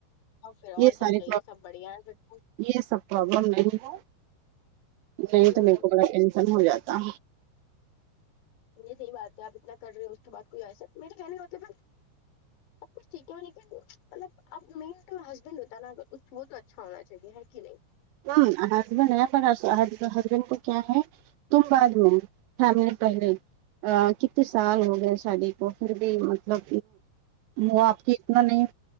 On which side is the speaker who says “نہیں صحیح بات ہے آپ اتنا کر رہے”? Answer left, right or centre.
Left